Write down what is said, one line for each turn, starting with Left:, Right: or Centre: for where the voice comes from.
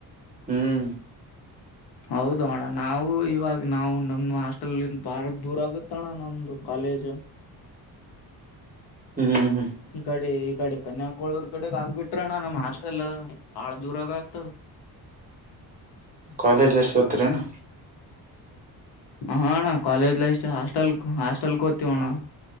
Right: ಹ್ಮ್
Left: ಹೌದ ಅಣ್ಣ ನಾವು ಇವಾಗ ನಾವು ನಮ್ದ ಹಾಸ್ಟೆಲಯಿಂದ ಬಾಳ ದೂರ ಆಗುತ್ತ ಅಣ್ಣ ನಮ್ದು ಕಾಲೇಜ್
Right: ಹ್ಮ್
Left: ಇ ಕಡೆ ಇ ಕಡೆ ಕನ್ಯಾಕಳೂರ್ ಕಡೆಗ್ ಆಗ್ಬಿಟ್ರಣ್ಣ ನಮ್ಮ್ ಹಷ್ಟೆಲ್ಲ ಬಾಳ ದೂರಗತ್.
Right: College A ಸೋತ್ರಿನಾ.
Left: ಹಣ ಕಾಲೇಜ್ ಲೈಫ್ಹಾಸ್ಟೆಲ್ ಹಾಸ್ ಚಲ್ಕೋತಿ ಹೋಣ.